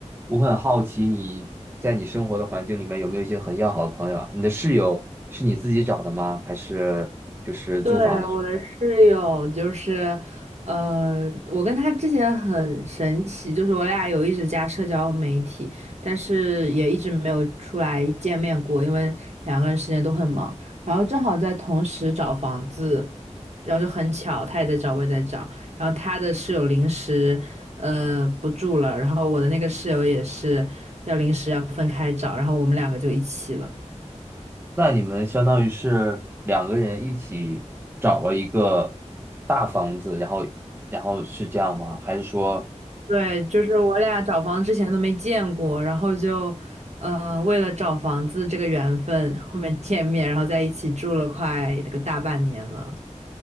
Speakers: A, on the right; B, on the right.
A: 我很好奇你在你生活的环境里面有没有一些很要好的朋友啊？你的室友是你自己找的吗？还是就是租房的时候
B: 对，我的室友就是，呃，我跟他之前很神奇，就是我俩有一直加社交媒体，但是也一直没有出来见面过，因为两个人时间都很忙。然后正好在同时找房子，然后就很巧，他也在找，我也在找。然后他的室友临时，呃，不住了，然后我的那个室友也是要临时要分开找，然后我们两个就一起了。
A: 那你们相当于是两个人一起找了一个大房子，然后然后是这样吗？还是说
B: 对，就是我俩找房之前都没见过，然后就，嗯、为了找房子这个缘分，后面见面，然后在一起住了快那个大半年了。